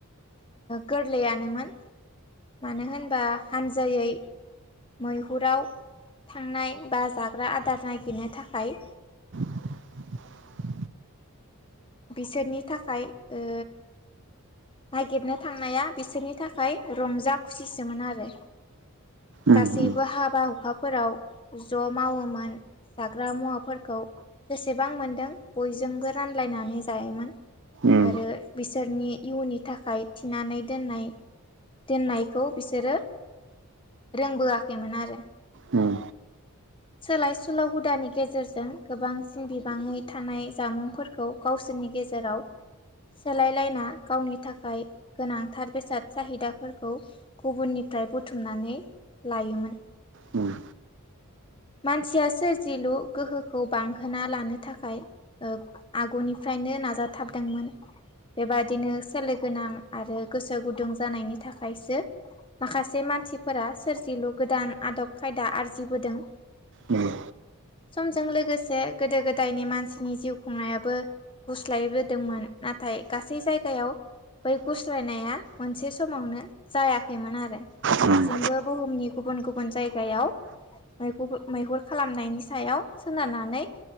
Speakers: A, on the left; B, on the right.
A: गोरलैयानोमोन मानो होनबा हानजायै मैहुराव थांनाय बा जाग्रा आदार नागिरनो थाखाय।
B: <inaudible>
A: बिसोरनि थाखाय ओ नागिरनो थांनाया बिसोरनि थाखाय रंजा खुसिसोमोन आरो।
B: उम
A: गासैबो
B: उम
A: हाबा हुखाफोराव ज' मावोमोन जाग्रा मुवाफोरखौ जेसेबां मोनदों बयजोंबो रानलायनानै जायोमोन।
B: उम
A: आरो बिसोरनि इयुननि थाखाय थिनानै दोननाय दोननायखौ बिसोरो रोंबोआखैमोन आरो।
B: उम
A: सोलाय सोल' हुदानि गेजेरजों गोबांसिन बिबाङै थानाय जामुंफोरखौ गावसोरनि गेजेराव सोलायलायना गावनि थाखाय गोनांथार बेसाद साहिदाफोरखौ गुबुननि फ्राय बुथुमनानै लायोमोन।
B: उम।
A: मानसिया सोरजिलु गोहोखौ बांहोना लानो थाखाय आगुनिफ्रायनो नाजाथाबदोंमोन। बेबादिनो सोलो गोनां आरो गोसो गुदुं जानायनि थाखायसो माखासे मानसिफोरा सोरजिलु गोदान आदब खायदा आरजिबोदों।
B: उम।
A: समजों लोगोसे गोदो गोदायनि मानसिनि जिउ खुंनायाबो गुस्लायबो दोंमोन नाथाय गासै जायगायाव बै गुस्लायनाया मोनसे समावनो जायाखैमोन आरो
B: उम
A: दासिमबो
B: उम
A: बुहुमनि गुबुन गुबुन जायगायाव मैगुबो मैहुर खालामनायनि सायाव सोनारनानै